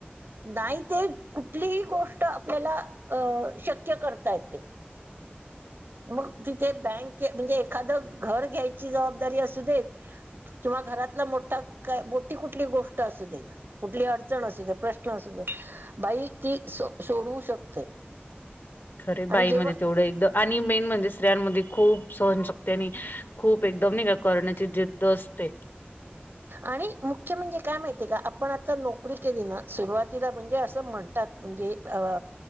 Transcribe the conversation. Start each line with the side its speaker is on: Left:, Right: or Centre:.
Right: नाही, ते कुठलीही गोष्ट आपल्याला अ शक्य करता येते. मग तिथे बँक म्हणजे एखादं घर घ्यायची जबाबदारी असू दे किंवा घरातला मोठा का मोठी कुठली गोष्ट असू दे कुठली अडचण असू दे प्रश्न असू दे बाई ती सोडवू शकते.
Left: खरये,
Right: आणि
Left: बाईमध्ये
Right: जेव्हा
Left: तेवढं एक दम आणि मेन म्हणजे स्त्रियांमध्ये खूप सहनशक्ती आणि खूप एक दम नाही का करण्याची जिद्द असते.
Right: आणि मुख्य म्हणजे काय माहितीये का आपण आता नोकरी केली ना सुरुवातीला म्हणजे असं म्हण म्हणतात म्हणजे अ